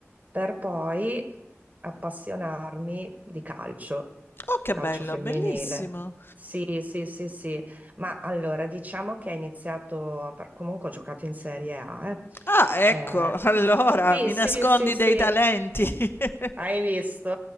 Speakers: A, on the right; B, on the left.
A: per poi appassionarmi di calcio,
B: Oh, che
A: calcio
B: bello,
A: femminile.
B: bellissimo.
A: Sì, sì, sì, sì. Ma allora diciamo che ho iniziato, per- comunque ho giocato in Serie A, eh.
B: Ah, ecco,
A: Eh,
B: <laughs> allora
A: sì,
B: mi
A: sì,
B: nascondi
A: sì, sì,
B: dei talenti. <laughs>
A: hai visto?